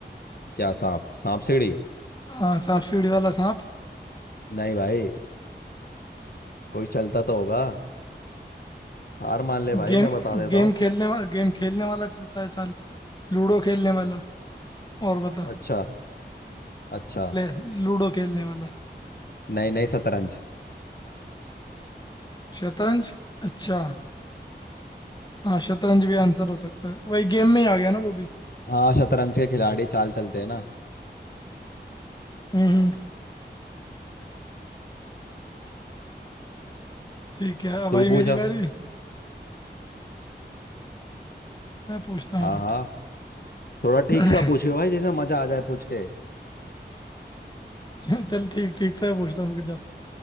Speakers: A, on the left; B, on the left.
A: क्या सांप सांप सीढ़ी
B: हाँ सांप सीढ़ी वाला सांप
A: नहीं भाई कोई चलता तो होगा हार मान ले भाई
B: गेम
A: मैं बता देता
B: गेम
A: हूँ
B: खेलने वाला गेम खेलने वाला चलता है चाल लूडो खेलने वाला और बता
A: अच्छा अच्छा
B: ले लूडो खेलने वाला
A: नहीं नहीं शतरंज
B: शतरंज अच्छा हाँ शतरंज भी आंसर हो सकता है वही गेम में ही आ गया ना वो भी
A: हाँ शतरंज के खिलाड़ी चाल चलते हैं ना
B: हम्म हम्म। ठीक है अब
A: तू
B: आई
A: पूछ
B: मेरी
A: अब
B: बारी मैं पूछता हूँ
A: हाँ
B: रुक
A: हाँ थोड़ा ठीक
B: <laughs>
A: सा पूछियो भाई जिसमें मजा आ जाए पूछ के
B: चल चल, ठीक ठीक से पूछता हूँ रुक जा